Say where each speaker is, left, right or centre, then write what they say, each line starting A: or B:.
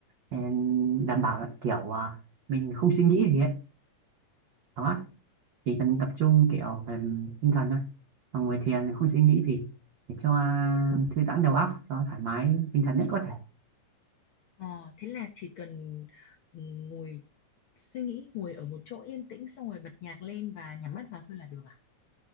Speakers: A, on the right (about 75°); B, on the left (about 65°).
A: để đảm bảo kiểu à, mình không suy nghĩ gì ấy đó chỉ cần tập trung kiểu về tinh thần thôi còn ngồi thiền thì không suy nghĩ gì để cho thư giãn đầu óc cho thoải mái tinh thần nhất có thể
B: Ờ, thế là chỉ cần ừ, ngồi suy nghĩ, ngồi ở một chỗ yên tĩnh xong rồi bật nhạc lên và nhắm mắt vào thôi là được à?